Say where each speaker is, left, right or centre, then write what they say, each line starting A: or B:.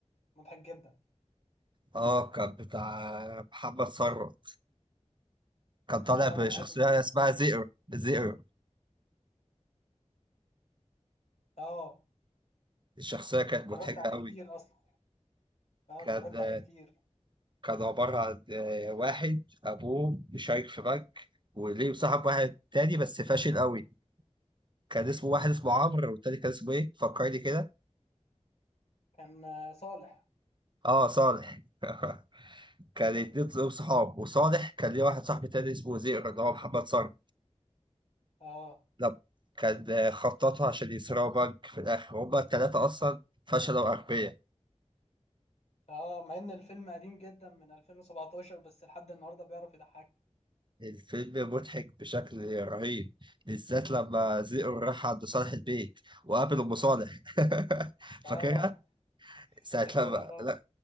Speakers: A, on the left; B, on the right.
A: مضحك جدا
B: اه كان بتاع محمد ثروت كان طالع
A: اه
B: بشخصيه
A: انا بحب محمد
B: اسمها
A: صلاح
B: زئر زئر
A: اه
B: الشخصيه كانت مضحكه
A: اتفرجت عليه
B: قوي
A: كتير اصلا اه
B: كان
A: اتفرجت
B: آه،
A: عليه كتير
B: كان عباره عن آه، واحد ابوه بيشارك في بنك وليه صاحب واحد تاني بس فاشل قوي كان اسمه واحد اسمه عمرو والتاني كان اسمه ايه فكرني كده
A: كان آه، صالح
B: اه صالح <laughs> كان اتنين دول صحاب وصالح كان ليه واحد صاحب تاني اسمه زئر اللي هو محمد صالح
A: اه
B: لا كان خططوا عشان يسرقوا بنك في الآخر هما التلاتة أصلا فشلوا أغبياء
A: اه مع ان الفيلم قديم جدا من 2017 بس لحد النهارده بيعرف يضحك
B: الفيلم مضحك بشكل رهيب بالذات لما زئر راح عند صالح البيت وقابل أم صالح <laughs>
A: اه
B: فاكرها؟ ساعة
A: فاكرها
B: لما
A: طبعا
B: لا